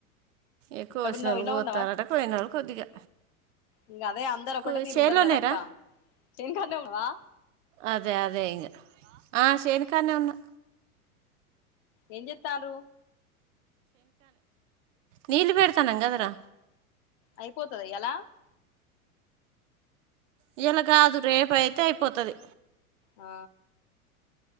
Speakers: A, on the right; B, on the left.
A: ఏక్కువ
B: ఎక్కడున్నావు
A: వసాలు
B: ఇంట్లో
A: గోతాలట
B: ఉన్నావా
A: కోయినా కొద్దిగా
B: ఇంక అదే అందరు ఒకటే
A: కు
B: తీరు
A: చేలోనేరా
B: ఉండరు కదా అక్క చేను కాన్నే ఉన్నావా
A: అదే అదే ఇంగ ఆ చేనికానే ఉన్నా
B: ఏం చేత్తన్రు
A: నీళ్ళు పెడతానం గదరా
B: అయిపోతదా ఇవాళ
A: ఇయాల కాదు రేపు అయితే అయిపోతది
B: ఆ